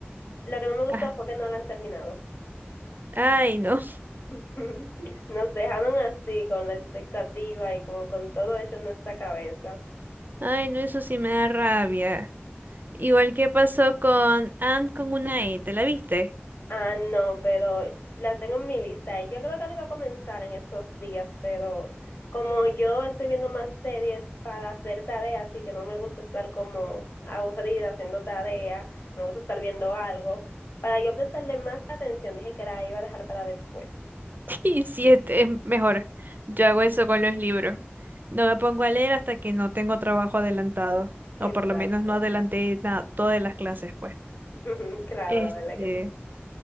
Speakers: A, on the left (about 55°); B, on the right (about 45°).
A: lo que no me gustó
B: ajá.
A: fue que no la han terminado.
B: Ay, no. <laughs>
A: <laughs> Nos dejaron así, con la expectativa y como con todo eso en nuestra cabeza.
B: Ay, no, eso sí me da rabia. Igual que pasó con Ant con una E, ¿te la viste?
A: Ah, no, pero la tengo en mi lista y yo creo que la iba a comenzar en estos días, pero como yo estoy viendo más series para hacer tareas así que no me gusta estar como aburrida haciendo tarea, me gusta estar viendo algo, para yo prestarle más atención dije que la iba a dejar para después.
B: <laughs> Y sí, este, es mejor. Yo hago eso con los libros. No me pongo a leer hasta que no tengo trabajo adelantado.
A: Exacto.
B: O por lo menos no adelanté nada, todas las clases, pues.
A: <laughs> Claro,
B: Este,
A: la verdad que sí.